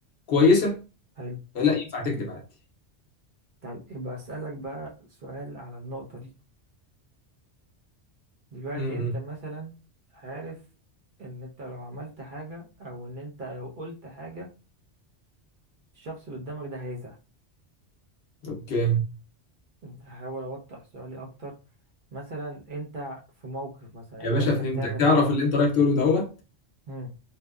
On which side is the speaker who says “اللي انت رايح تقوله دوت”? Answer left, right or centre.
Left